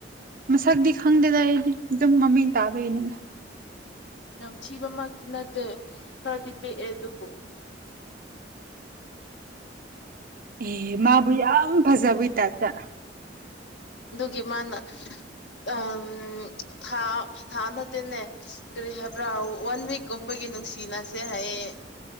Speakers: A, on the right; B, on the left.
A: ꯃꯁꯛꯇꯤ ꯈꯪꯗꯦꯗ ꯑꯩꯗꯤ ꯑꯗꯨꯝ ꯃꯃꯤꯡ ꯇꯥꯕꯒꯤꯅꯤ
B: ꯌꯥꯝ ꯊꯤꯕꯃꯛꯇꯤ ꯅꯠꯇꯦ ꯈꯔꯗꯤ ꯄꯤꯛꯑꯦ ꯑꯗꯨꯕꯨ
A: ꯑꯦ ꯃꯥꯕꯨ ꯌꯥꯝ ꯐꯖꯕꯩ ꯇꯥꯛꯇ
B: ꯑꯗꯨꯒꯤ ꯃꯥꯅ ꯎ ꯊꯥ ꯊꯥ ꯅꯠꯇꯦꯅꯦ ꯀꯔꯤ ꯍꯥꯏꯕ꯭ꯔꯥ ꯋꯥꯟ ꯋꯤꯛꯀꯨꯝꯕꯒꯤ ꯅꯨꯡꯁꯤꯅꯁꯦ ꯍꯥꯏꯌꯦ